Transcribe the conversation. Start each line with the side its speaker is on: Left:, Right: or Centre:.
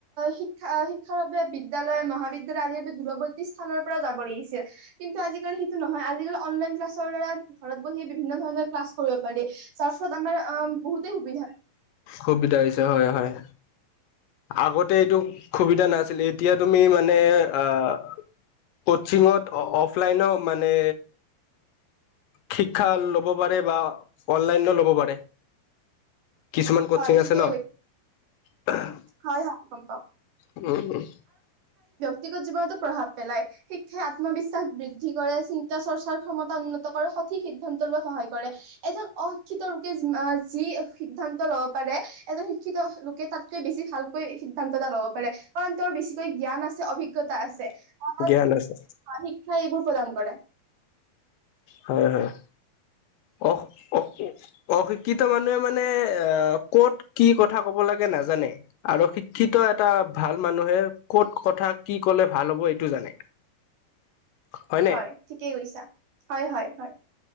Right: শিক্ষা শিক্ষাৰ বাবে বিদ্যালয় মহাবিদ্যালয় আদিৰ দূৰৱৰ্তী স্থানৰ পৰাও যাব লাগিছিল। কিন্তু আজিকালি সেইটো নহয় আজিকালি অনলাইন ক্লাছৰ দ্বাৰা ঘৰত বহিয়ে বিভিন্ন ধৰণৰ ক্লাছ কৰিব পাৰি। তাৰ পিছত আমাৰ অ' বহুত সুবিধা
Left: সুবিধা হৈছে হয় হয়। আগতে এইটো সুবিধা নাছিল এতিয়া তুমি মানে আহ কচিঙত অফলাইনো মানে শিক্ষা ল'ব পাৰে বা অনলাইন ল'ব পাৰে। কিছুমান কচিং
Right: হয়
Left: আছে
Right: ঠিকেই
Left: ন! <unintelligible>
Right: হয় হয় গম পাও।
Left: উম হুম।
Right: ব্যক্তিগত জীৱনতো প্ৰভাৱ পেলায় শিক্ষাই আত্মবিশ্বাস বৃদ্ধি কৰে চিন্তা চৰ্চাৰ ক্ষমতা উন্নত কৰে সঠিক সিদ্ধান্ত লোৱাত সহায় কৰে। এজন অশিক্ষিত লোকে যি সিদ্ধান্ত লব পাৰে এজন শিক্ষিত লোকে তাতকৈ বেছি ভালকৈ সিদ্ধান্ত এটা লব পাৰে। তেওঁৰ বেছিকৈ জ্ঞান আছে অভিজ্ঞতা আছে শিক্ষা
Left: জ্ঞান আছে
Right: এইবোৰ প্ৰদান হয়।
Left: হয় হয় অহ-অহ অশিক্ষিত মানুহে মানে এ ক'ত কি কথা কব লাগে নাজানে আৰু শিক্ষিত এটা ভাল মানুহে ক'ত কথা কি কলে ভাল হ'ব এইটো জানে। হয়নে
Right: হয়, ঠিকেই কৈছা। হয় হয় হয়।